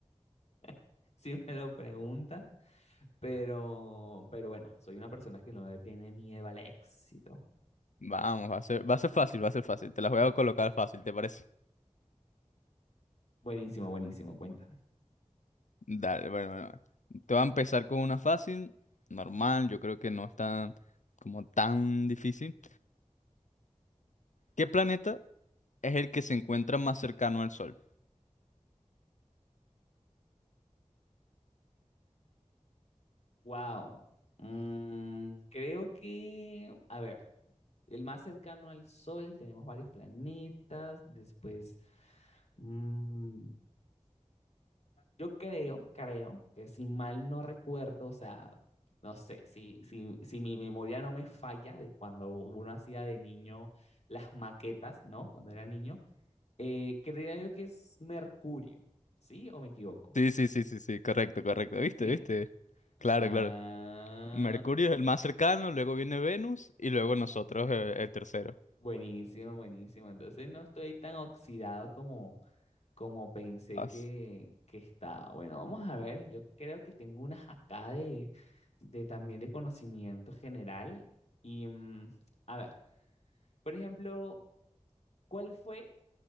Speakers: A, on the left (about 60°); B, on the left (about 85°).
A: <laughs> si me lo preguntas. Pero, pero bueno, soy una persona que no le tiene miedo al éxito.
B: Vamos, va a ser, va a ser fácil, va a ser fácil. Te las voy a colocar fácil, ¿te parece?
A: Buenísimo, buenísimo, cuéntame.
B: Dale, bueno, bueno. bueno. Te voy a empezar con una fácil, normal, yo creo que no es tan, como tan difícil. ¿Qué planeta es el que se encuentra más cercano al Sol?
A: Wow. Mm, creo que, a ver, el más cercano al Sol, tenemos varios planetas, después, mm, yo creo, creo que si mal no recuerdo, o sea, no sé, si, si, si mi memoria no me falla de cuando uno hacía de niño las maquetas, ¿no? Cuando era niño Eh, creía yo que es Mercurio, ¿sí? ¿O me equivoco?
B: Sí, sí, sí, sí, sí, correcto, correcto. ¿Viste?
A: ¿Sí?
B: ¿Viste? Claro,
A: Guau,
B: claro. Mercurio es el más cercano, luego viene Venus y luego nosotros eh, el tercero.
A: Buenísimo, buenísimo. Entonces no estoy tan oxidado como, como pensé
B: Vas.
A: que, que estaba. Bueno, vamos a ver. Yo creo que tengo unas acá de, de también de conocimiento general. Y mm, a ver, por ejemplo, ¿cuál fue